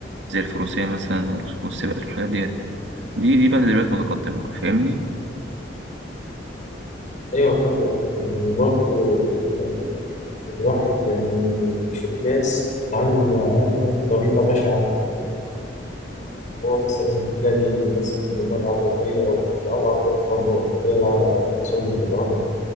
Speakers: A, on the right; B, on the left.
A: زي الفروسية مثلا وال- والسباقات والحاجات ديت دي دي بقى تدريبات متقدمة فاهمني؟
B: أيوه فاهم وبرضه يعني الواحد يعني بيشوف ناس بتتعامل معاه بطريقة بشعة هو مثلا تلاقي الناس اللي هم العربية أو اللي بيلعبوا عربيات قارورة كده الع- حصل بالبرهان